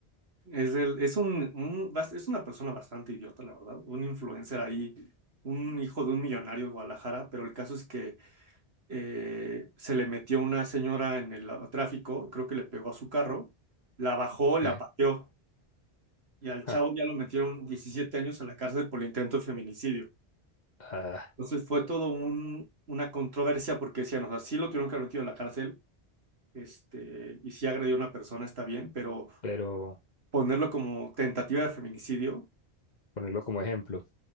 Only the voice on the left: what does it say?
¿qué?
Ja,
ah,
pero
ponerlo como ejemplo.